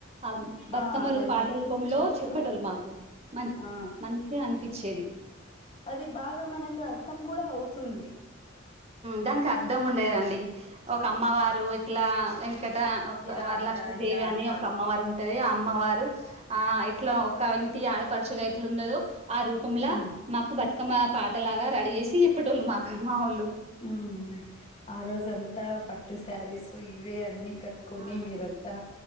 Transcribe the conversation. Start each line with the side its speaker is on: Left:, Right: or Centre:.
Right: ఆ బతుకమ్మ
Left: ఆ! అవన్నీ
Right: పాటరూపంలో
Left: చెప్తూ
Right: చెప్పేటోళ్ళు మాకు మంచ్
Left: ఆ!
Right: మంచిగన్పిచ్చేది
Left: అది బాగా మనకి అర్థం కూడా అవుతుంది
Right: దానికి అర్థం ఉండేదండి ఒక అమ్మవారు ఇట్లా ఇక్కడ ఒక
Left: ఇలా
Right: వరలక్ష్మిీదేవి
Left: అంట, ఇలా అంట
Right: అని ఒక అమ్మవారు ఉంటది ఆ అమ్మవారు ఆ ఇట్లా ఒక ఇంటి ఆడపడుచుగా ఎట్లా ఉండదు ఆ రూపంలా
Left: ఆ!
Right: మాకు బ మా పాటలాగా రెడీ చేేసి ఇప్పటోళ్ళు మాకమ్ మా వాళ్ళు
Left: హుమ్ ఆ రోజఅంతా పట్టు సారీసు ఇవే అన్ని కట్కొని
Right: ఆ
Left: మీరంతా